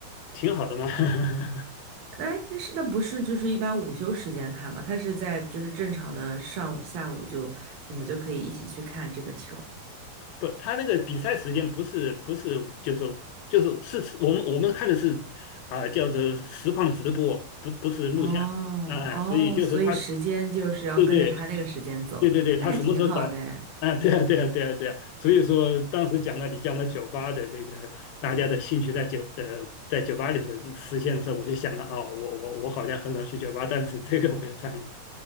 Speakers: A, on the left (about 85°); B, on the right (about 70°).
A: 挺好的嘛。<laughs>
B: 哎，那是那不是就是一般午休时间看嘛？他是在就是正常的上午、下午就你们就可以一起去看这个球。
A: 不，他那个比赛时间不是不是，就是说就是是我们我们看的是啊、叫做实况直播，不不是录像，
B: 哦哦，
A: 哎、所以就是他，
B: 所以时间就是要跟着他那个时间走，
A: 对对对对对，他什么时候搞？
B: 那还挺好的诶
A: 啊，对啊，对啊，对啊，对啊，所以说当时讲了你讲了酒吧的这个大家的兴趣在酒呃在酒吧里实实现的时候，我就想到哦，我我我好像很少去酒吧，但是这个我有参与。